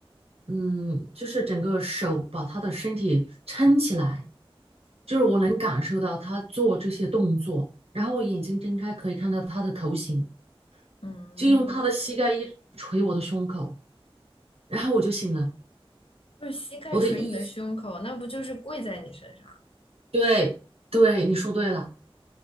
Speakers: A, on the right; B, on the left.
A: 嗯，就是整个手把他的身体撑起来，就是我能感受到他做这些动作，然后我眼睛睁开可以看到他的头型，
B: 嗯，
A: 就用他的膝盖一直捶我的胸口，然后我就醒了，
B: 就是膝盖捶你的胸口，
A: 我的意识，
B: 那不就是跪在你身上？
A: 对对，你说对了。